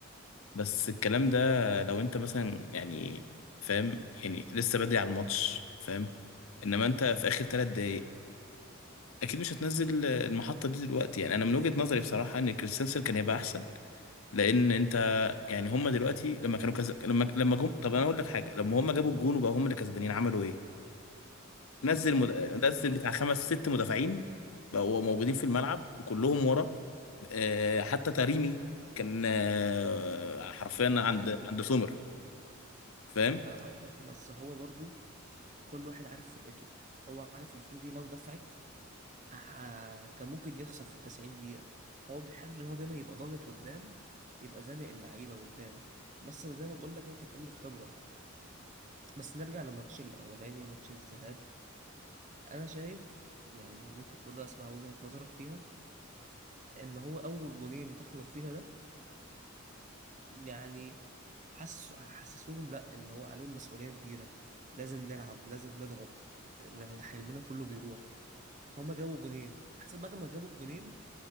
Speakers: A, on the left; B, on the right.
A: بس الكلام ده لو انت مثلا يعني فاهم يعني لسه بدري على الماتش فاهم انما انت في اخر ثلاث دقايق اكيد مش هتنزل المحطة دي دلوقتي يعني انا من وجهة نظري بصراحة ان كريستنسن كان يبقى احسن لان انت يعني هم دلوقتي لما كانوا كذا لما لما جم طب انا اقول لك حاجة لما هم جابوا الجون وبقوا هم اللي كسبانين عملوا ايه نزل
B: آه،
A: مد...
B: ده المهاجم
A: نزل
B: بيدافع
A: بتاع خمس ست مدافعين بقوا موجودين في الملعب وكلهم ورا آه حتى تريمي كان آه حرفيا عند
B: نزل بيدافع
A: عند سومر
B: آه.
A: فاهم
B: انا هقول لك بس هو برضو كل واحد عارف فرقته هو عارف ان فرقته دي لو دفعت ه- كان ممكن يخسر في التسعين دقيقة هو بيحب ان هو دايما يبقى ضاغط قدام يبقى زانق اللعيبة قدام بس زي ما بقول لك هي كانت قلة خبرة بس نرجع لماتش الأولاني ماتش الذهاب انا شايف يعني ممكن برضه اسمع وجهة نظرك فيها ان هو اول جونين دخلوا فينا ده يعني حس حسسوهم لا ان هو عليهم مسؤولية كبيرة لازم نلعب لازم نضغط يعني حلمنا كله بيروح فهم جابوا جونين حسيت بعد ما جابوا الجونين